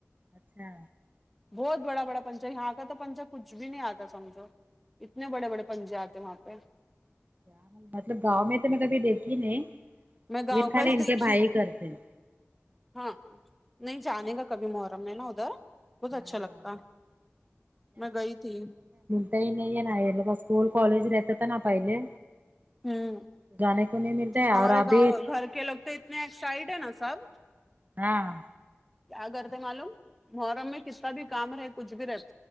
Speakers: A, on the right; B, in the centre.
A: اچھا
B: بہت بڑا بڑا پنچا یہاں کا تو پنچا کچھ بھی نہیں آتا سمجھو اتنے بڑے بڑے پنجے آتے ہیں وہاں پہ
A: کیا مطلب گاؤں میں تو میں کبھی دیکھی نہیں
B: میں گاؤں
A: لیکن
B: کا
A: خالی
B: اس
A: ان
B: دیکھی
A: کے بھائی ہی کرتے ہیں
B: ہاں نہیں جانے کا کبھی محرم ہے نا ادھر بہت
A: ہاں
B: اچھا لگتا میں گئی تھی
A: صحیح نہیں ہے نہ یہ لوگوں اسکول کالج رہتا تھا نا پہلے
B: ہوں
A: جانے کو نہیں ملتا
B: ہمارے
A: اور ابھی
B: گاؤں گھر کے لگتے ایکسایڈ ہینا سب
A: ہاں
B: کیا کرتے معلوم محرم میں کتنا بھی کام رہے کچھ بھی رہے